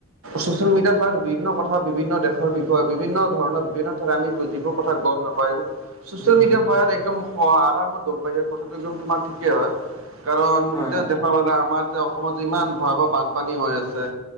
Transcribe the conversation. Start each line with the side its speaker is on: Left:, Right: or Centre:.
Right: চচিয়েল মিডিয়াৰ সহায়ত বিভিন্ন কথা, বিভিন্ন দেশৰ বিষয়ে, বিভিন্ন ধৰণৰ, বিভিন্ন ঠাইত আমি যিবোৰ কথা গম নাপা চচিয়েল
Left: উম
Right: মিডিয়াৰ
Left: হুম।
Right: সহায়ত একদম আৰামত গম পাই যায়, কথাটো একদম তোমাৰ ঠিকেই হয়। কাৰণ
Left: হয়
Right: এতিয়া
Left: হয়
Right: দেখা পালা আমাৰ যেতিয়া অসমতো ইমান ভয়াৱহ বানপানী হৈ আছে